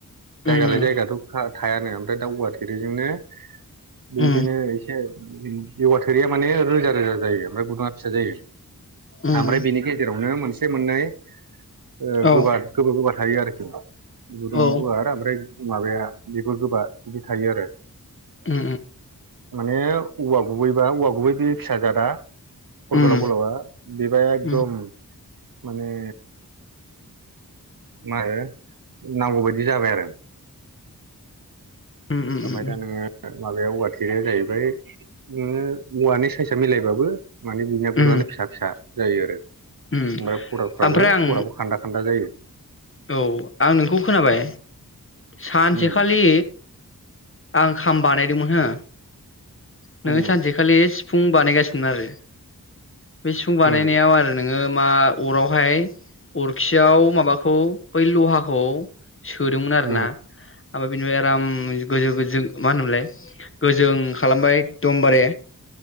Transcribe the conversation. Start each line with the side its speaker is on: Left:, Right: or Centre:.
Right: जायगालाय
Left: उम
Right: जायगाथ' खा थायानो ओमफ्राय दा औवा थेरेजोंनो बिदिनो
Left: उम
Right: ऐसे औवा थेरेआ माने रोजा रोजा जायो ओमफ्राय गुदुंआ फिसा जायो।
Left: उम
Right: आमफ्राय बिनि गेजेरावनो मोनस मोननाय ओ
Left: औ
Right: गोबाद गोबा गोबा थायो आरो। <unintelligible> <unintelligible>
Left: औ
Right: माबाया बेफोर गोबा बिदि थायो आरो।
Left: उम
Right: माने उवा गुबै बा औवा गुबै बे फिसा जादा गर
Left: उम
Right: गोलाव गोलावा बिबाया एकदम
Left: उम
Right: माने <unintelligible> नांगौ बायदि जाबाय आरो।
Left: उम उम
Right: <unintelligible> दा नोङो माबाया औवा थोरैया जाहैबाय नोङो औवानि सायसा मिलायबाबो माने बिनागुरानो
Left: उम
Right: फिसा फिसा। जायो आरो। ओमफ्राय
Left: उम
Right: खर' फोराबो
Left: ओमफ्राय आं
Right: खर'आबो खान्दा खान्दा जायो,
Left: औ आं नोंखौ खोनाबाय सानसेखालि,
Right: उम
Left: आं खाम बानायदोंमोन हो नोङो
Right: उम
Left: सानसेखालि फुं बानाय गासिनो आरो बे सिफुं बानायनायाव
Right: उम
Left: आरो नों नोङो मा अरावहाय अरखियाव माबाखौ बै लहाखौ सोदोंमोन आरो ना
Right: उम
Left: ओमफ्राय बिनिफ्राय आराम गो-गोजो गोजों मा‌ होनोमोनलाय गोजों खालामबाय एकदमबारे।